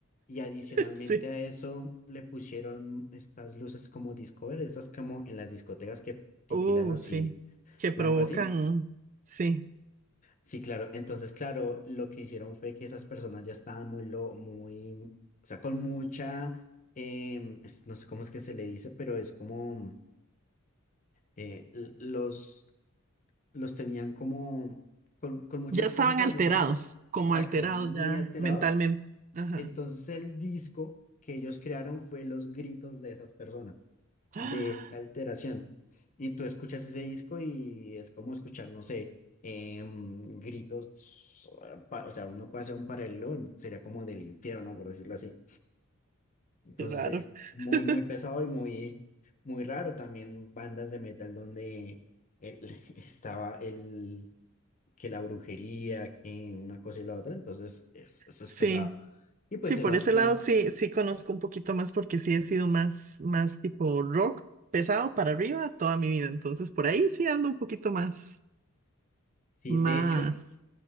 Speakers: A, on the left (about 35°); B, on the right (about 35°).
A: Y adicionalmente
B: <laughs>
A: a
B: sí.
A: eso le pusieron estas luces como Discover, estas como en las discotecas que titilan
B: Uh,
A: así,
B: sí, que provocan,
A: blanco así.
B: sí,
A: Sí, claro. Entonces, claro, lo que hicieron fue que esas personas ya estaban muy, lo, muy, o sea, con mucha, em, es- no sé cómo es que se le dice, pero es como eh, l- los, los tenían como con, con muchas
B: ya estaban
A: cosas al
B: alterados,
A: mismo tiempo.
B: como
A: Exacto,
B: alterados
A: muy
B: ya
A: alterados.
B: mentalmente. Ajá.
A: Entonces
B: <gasps>
A: el disco que ellos crearon fue los gritos de esas personas,
B: Ah,
A: de esa alteración. Y tú escuchas ese disco y es como escuchar, no sé, em, gritos, pa- o sea, uno puede hacer un paralelo, sería como del infierno, por decirlo así. Entonces
B: qué raro.
A: es muy,
B: <laughs>
A: muy pesado y muy, muy raro. También bandas de metal donde el- <laughs> estaba el que la brujería, que una cosa y la otra, entonces es- eso
B: Sí,
A: es pesado. Y pues
B: sí, por
A: el otro,
B: ese lado sí, sí conozco un poquito más porque sí he sido más, más tipo rock pesado para arriba toda mi vida. Entonces por ahí sí ando un poquito más,
A: sí,
B: más
A: de hecho,